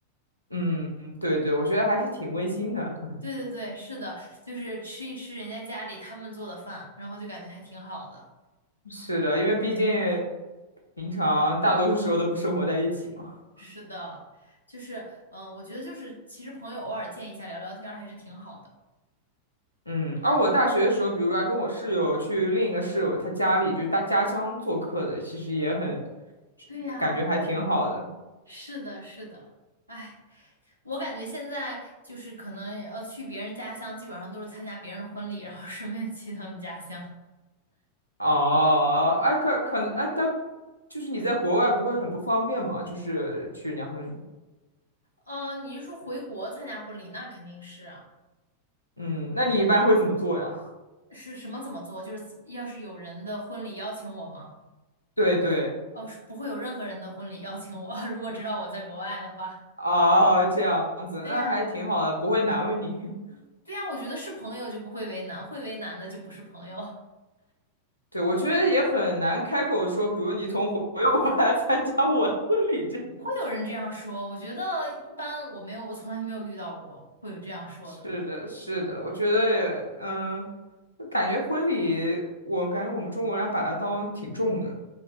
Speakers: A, on the left (about 80°); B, on the right (about 90°).
A: 嗯，对对，我觉得还是挺温馨的。
B: 对对对，是的，就是吃一吃人家家里他们做的饭，然后就感觉还挺好的。
A: <laughs> 是的，因为毕竟平常大多数时候都不生活在一起嘛。
B: 是的，就是嗯，呃我觉得就是其实朋友偶尔见一下聊聊天儿还是挺好的。
A: 嗯，而我大学的时候，比如说还跟我室友去另一个室友他家里，就是他家乡做客的，其实也很
B: 对呀，
A: 感觉还挺好的。
B: 是的，是的，哎。我感觉现在就是可能呃去别人家乡，基本上都是参加别人的婚礼，然后顺便去他们家乡。
A: 哦，哎，可可能哎，但就是你在国外不会很不方便嘛？就是去人家婚礼。
B: 嗯，你是说回国参加婚礼？那肯定是啊。
A: 嗯，那你一般会怎么做呀？
B: 是什么怎么做？就是要是有人的婚礼邀请我吗？
A: <laughs> 对对，
B: 哦，是不会有任何人的婚礼邀请我，<laughs> 如果知道我在国外的话。
A: 哦，这样子，
B: 对呀，
A: 那还挺好的，不会难为你。<laughs>
B: 对呀，我觉得是朋友就不会为难，会为难的就不是朋友。<laughs>
A: 对，我觉得也很难开口说，比如你从回回国来参加我的婚礼这样。
B: 不会有人这样说，我觉得一般，我没有，我从来没有遇到过会有这样说的。
A: <laughs> 是的，是的，我觉得也，嗯，就感觉婚礼，我感觉我们中国人还把它当挺重的。